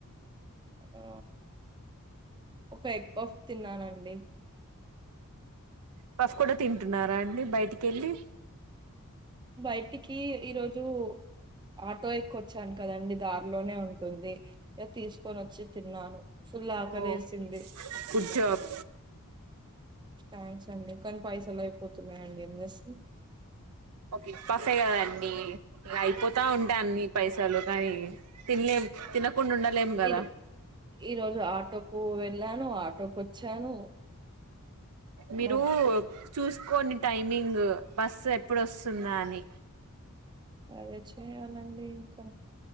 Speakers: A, on the right (about 20°); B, on the right (about 80°).
A: ఆ ఒక ఎగ్ బఫ్ తిన్నానండి
B: పస్ కూడా తింటున్నారా అండి బయటికి వెళ్ళి
A: బయటికి ఈ ఈరోజు ఆటో ఎక్కొచ్చాను కదండి దారిలోనే ఉంటుంది ఇ తీసుకొని వచ్చి తిన్నాను ఫుల్ ఆకలేసింది
B: ఓ గుడ్ జాబ్
A: థ్యాంక్స్ అండి కానీ పైసలు అయిపోతున్నాయండి ఏం చేస్తంది
B: ఇప్పసే కదండీ ఇ అయిపోతా ఉంటాయి అన్ని పైసలు కానీ తినలేం తినకుండా ఉండలేం కదా
A: ఈరో ఈ రోజు ఆటోకు వెళ్ళాను ఆటోకు వచ్చాను
B: మీరు
A: మా
B: చూసుకోండి టైమింగ్ బస్సు ఎప్పుడోస్తుందా అని
A: అదే చేయాలండి ఇంకా